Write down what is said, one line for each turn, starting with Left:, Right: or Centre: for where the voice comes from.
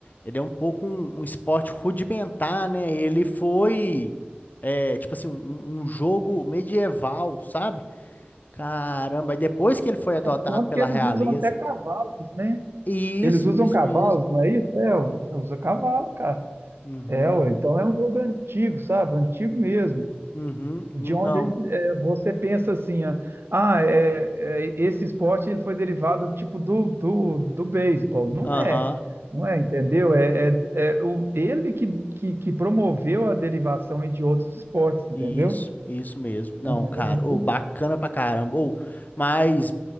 Left: ele é um pouco um, um esporte rudimentar, né? Ele foi, é, tipo assim, um, um jogo medieval, sabe? Caramba, e depois que ele foi adotado
Right: Tanto
Left: pela
Right: que eles
Left: realeza.
Right: usam até cavalos, né?
Left: Isso,
Right: Eles usam
Left: isso
Right: cavalos,
Left: mesmo.
Right: não é isso? É, ué, usa cavalo, cara.
Left: Uhum.
Right: É, ué, então é um jogo antigo, sabe? Antigo mesmo.
Left: Uhum.
Right: De
Left: Não,
Right: onde é, você pensa assim, ó, ah, é, é, esse esporte ele foi derivado tipo do, do, do beisebol. Não
Left: Aham,
Right: é, não é, entendeu? É, é, é o, ele que, que, que promoveu a derivação aí de outros esportes, entendeu?
Left: isso, isso mesmo. Não,
Right: É mais
Left: cara,
Right: ou menos
Left: ou bacana pra caramba. Ou, mas